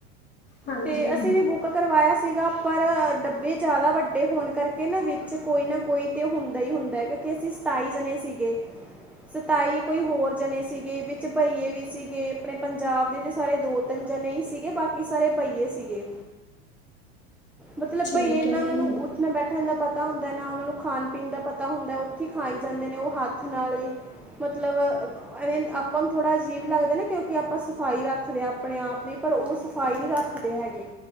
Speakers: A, on the left; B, in the centre.
A: ਹਾਂਜੀ
B: ਤੇ ਅਸੀਂ ਵੀ ਬੁ ਕ ਕਰਵਾਇਆ ਸੀਗਾ ਪਰ ਡੱਬੇ ਜਾਦਾ ਵੱਡੇ ਹੋਣ ਕਰਕੇ ਨਾ ਵਿੱਚ ਕੋਈ ਨਾ ਕੋਈ ਤੇ ਹੁੰਦਾ ਹੀ ਹੁੰਦਾ ਕਿਉਂਕਿ ਅਸੀਂ ਸਤਾਈ ਜਨੇ ਸੀਗੇ। ਸਤਾਈ ਕੋਈ ਹੋਰ ਜਨੇ ਸੀਗੇ ਵਿੱਚ ਭਈਏ ਵੀ ਸੀਗੇ ਅਪਨੇ ਪੰਜਾਬ ਦੇ ਤੇ ਸਾਰੇ ਦੋ ਤਿੰਨ ਜਨੇ ਈ ਸੀਗੇ ਬਾਕੀ ਸਾਰੇ ਭਈਏ ਸੀਗੇ। ਮਤਲਬ
A: ਠੀਕ
B: ਭਈਏ ਇਨਾਂ
A: ਹੈ
B: ਓਨਾਂ
A: ਜੀ।
B: ਨੂੰ ਉ ਨਾ ਬੈਠਨ ਦਾ ਪਤਾ ਹੁੰਦਾ ਨਾ ਓਨਾਂ ਨੂੰ ਖਾਨ-ਪੀਨ ਦਾ ਪਤਾ ਹੁੰਦਾ ਓਥੇ ਖਾਈ ਜਾਂਦੇ ਨੇ ਓ ਹੱਥ ਨਾਲ ਈ ਮਤਲਬ ਐਵੇਂ ਆਪਾਂ ਨੂੰ ਥੋੜਾ ਅਜੀਬ ਲੱਗਦਾ ਨਾ ਕਿਉਂਕਿ ਆਪਾਂ ਸਫ਼ਾਈ ਰੱਖਦੇ ਆਂ ਆਪਣੇ ਆਪ ਦੀ ਪਰ ਓ ਸਫ਼ਾਈ ਨੀ ਰੱਖ ਦੇ ਹੈਗੇ